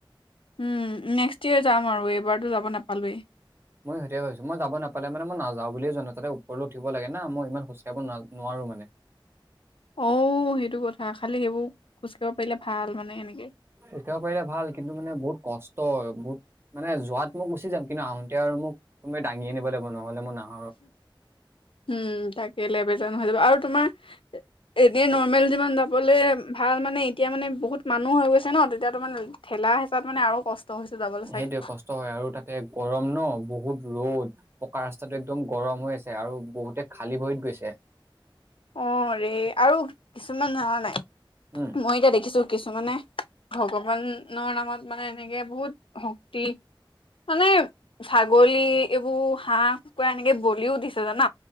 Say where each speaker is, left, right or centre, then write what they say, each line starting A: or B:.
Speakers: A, on the left; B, on the right.
A: উম, নেক্সট ইয়েৰ যাম আৰু এইবাৰতো যাব নাপালোৱেই।
B: মই সেইটোৱে ভাবিছো মই যাব নাপালে মানে মই নাযাওঁ বুলি জানো তাতে ওপৰলে উঠিব লাগে ন মই ইমান খোজ কাঢ়িব নোৱাৰো মানে।
A: অ' সেইটো কথা খালি সেইবোৰ খোজ কাঢ়িব পাৰিলে ভাল মানে এনেকে।
B: খোজ কাঢ়িব পাৰিলে ভাল কিন্তু মানে বহুত কষ্ট বহুত মানে যোৱাত মই গুচি যাম কিন্তু আহোতে আৰু মোক কোনোবাই দাঙি আনিব লাগিব নহ'লে মই নাহো।
A: উম, তাকে লেবেজান হৈ যাব আৰু তোমাৰ এনেই নৰ্মেল যিমান যাবলে ভাল মানে এতিয়া মানে বহুত মানুহ হৈ গৈছে। ন তেতিয়াতো মানে ঠেলা - হেচাত মানে আৰু কষ্ট হৈছো যাবলৈ চাগে।
B: সেইটোৱে কষ্ট হয় আৰু তাতে গৰম ন বহুত ৰ'দ। পকা ৰাস্তাটো একদম গৰম হৈ আছে আৰু বহুতে খালী ভৰিত গৈছে।
A: অ' ৰে আৰু কিছুমান জনা নাই
B: উম,
A: মই এতিয়া দেখিছো কিছুমানে ভগৱানৰ নামত মানে এনেকে বহুত ভক্তি মানে ছাগলী এইবোৰ হাঁহ কুকুৰা এনেকে বলিও দিছে জান